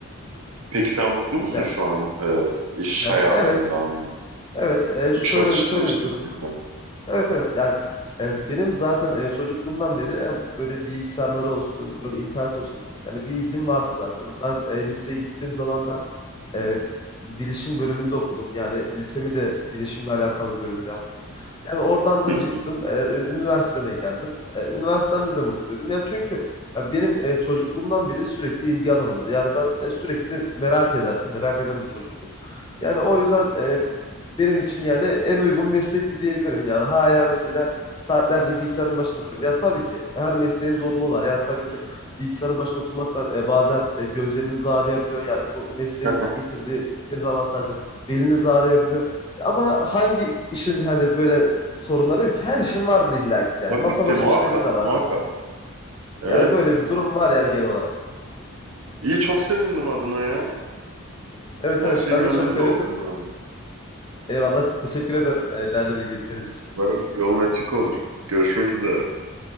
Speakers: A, on the right; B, on the left.
A: Peki sen mutlu musun
B: Yani,
A: şu an e, iş
B: yani
A: hayatından,
B: evet evet e, şöyle
A: bu çalıştığın
B: şöyle
A: şirketten?
B: bir durum Evet evet yani e, benim zaten e, çocukluğumdan beri hem böyle bilgisayarları olsun böyle internet olsun yani bir ilgim vardı zaten. Ben e, liseye gittiğim zaman da e, bilişim bölümünde okudum. Yani lisemi de bilişimle alakalı bir bölümde yaptım. Yani oradan
A: Hı.
B: da çıktım e, ü- üniversiteme geldim. E, üniversitemde de mutluydum. Yani çünkü ya benim e, çocukluğumdan beri sürekli ilgi alanımdı. Yani ben e, sürekli merak ederdim. Merak eden bir çocuktum. Yani o yüzden e, benim için yani en uygun meslekti diyebilirim yani. Hala mesela saatlerce bilgisayarın başında oturuyorum. Ya tabii ki her mesleğin zorluğu var. Yani tabii ki bilgisayarın başında oturmaktan e, bazen e, gözleriniz ağrıyabiliyor. Yani bu mesleğin
A: hı. <laughs>
B: getirdiği dezavantajlar. Beliniz ağrıyabiliyor. Ya Ama hangi işin hani böyle sorunları yok ki? Her işin vardır illa ki yani.
A: Tabii
B: Masa
A: ki
B: başı
A: muhakkak,
B: işlerin de var.
A: muhakkak. Evet.
B: Yani böyle bir durum var yani genel olarak.
A: İyi çok sevindim adına ya.
B: Evet
A: Her
B: evet
A: şey
B: ben
A: gönlünce
B: de çok sevindim.
A: olsun abi.
B: Eyvallah teşekkür ederim e, değerli bilgileriniz için.
A: Umarım yolun açık olur. Görüşmek üzere.